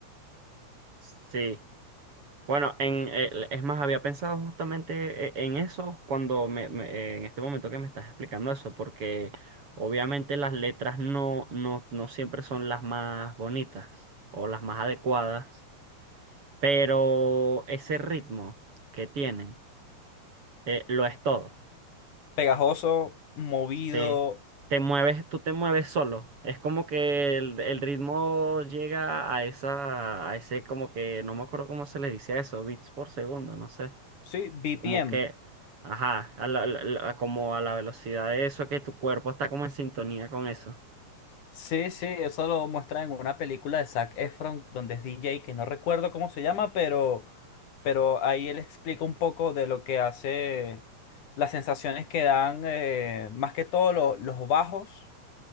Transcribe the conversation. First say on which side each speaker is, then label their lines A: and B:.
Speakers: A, on the right; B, on the left.
A: Sí. Bueno, en, eh, es más, había pensado justamente eh, en eso cuando me, me- eh, en este momento que me estás explicando eso, porque obviamente las letras no, no, no siempre son las más bonitas o las más adecuadas Pero ese ritmo que tienen, eh, lo es todo.
B: Pegajoso, movido,
A: Sí. Te mueves, tú te mueves solo. Es como que el, el ritmo llega a esa, a ese como que, no me acuerdo cómo se le dice a eso, bits por segundo, no sé.
B: sí, BPM.
A: Como que, ajá, a la- la- la- como a la velocidad de eso, que tu cuerpo está como en sintonía con eso.
B: Sí, sí, eso lo muestra en una película de Zac Efron, donde es DJ, que no recuerdo cómo se llama, pero, pero ahí él explica un poco de lo que hace, las sensaciones que dan, eh, más que todo lo- los bajos